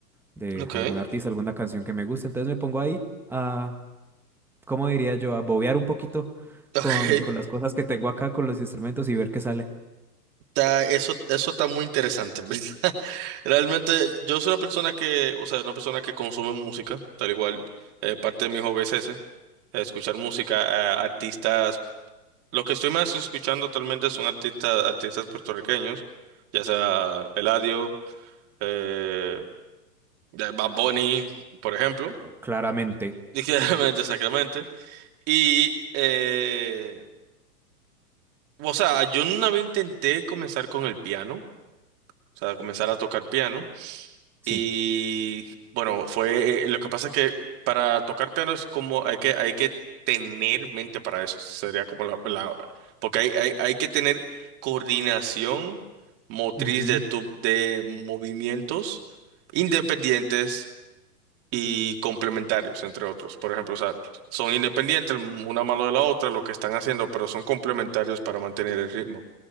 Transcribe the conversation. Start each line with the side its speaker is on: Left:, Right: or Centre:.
Centre: de
Right: Ok,
Centre: algún
Right: <laughs>
Centre: artista, alguna canción que me gusta. Entonces me pongo ahí a, ¿cómo diría yo? A bobear un poquito
Right: ok.
Centre: con, con las cosas que tengo acá, con los instrumentos y ver qué sale.
Right: Está, eso, eso está muy interesante, en ¿verdad? <laughs> Realmente, yo soy una persona que, o sea, una persona que consume música, tal igual, eh, parte de mi hobby es ese, escuchar música, a artistas. Lo que estoy más escuchando actualmente son artistas, artistas puertorriqueños, ya sea Eladio, eh, de Bad Bunny, por ejemplo,
Centre: No, claramente,
Right: <laughs> dije realmente, exactamente. Y, eh, o sea, yo una vez intenté comenzar con el piano, o sea, comenzar a tocar piano.
Centre: sí.
Right: Y bueno, fue, eh, lo que pasa es que para tocar piano es como, hay que, hay que tener mente para eso, sería como la, la- porque hay, hay, hay que tener coordinación motriz
Centre: Ujú.
Right: de, tu, de movimientos independientes y complementarios, entre otros. Por ejemplo, o sea, son independientes una mano de la otra, lo que están haciendo, pero son complementarios para mantener el ritmo.